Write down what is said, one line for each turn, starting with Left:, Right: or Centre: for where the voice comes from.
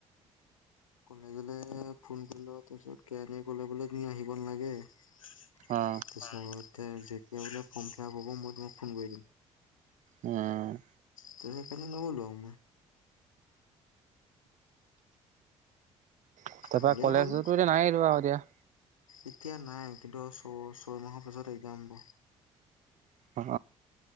Left: কলেজলে ফোন কৰি তাৰ পিছত কেৰাীয়ে ক'লে বোলে আহিব নালাগেতিাক
Right: অ
Left: খ খৰা হ'ব মই তোমাক ফোন কৰি দিম
Right: উম
Left: ত কনে নব'লো আই
Right: তাৰ পৰাৰা
Left: ভালেই
Right: কলেজতো
Left: হ'ল
Right: এতিয়া নাই আৰু এতিয়া
Left: এতিয়া নাই কিন্তু ছ ছয় মাহৰ পিছত একদম হব
Right: অ